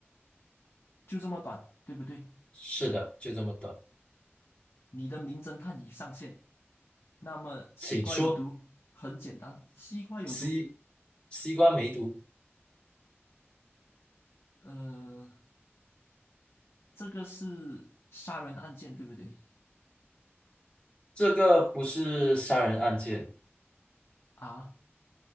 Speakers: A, on the left (about 65°); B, on the left (about 25°).
A: 就这么短，对不对？
B: 是的，就这么短。
A: 你的名侦探已上线。那么，西瓜有毒，
B: 请说，
A: 很简单，西瓜有毒。
B: 西西瓜梅毒，
A: 呃，这个是杀人案件，对不对？
B: 这个不是杀人案件，
A: 啊，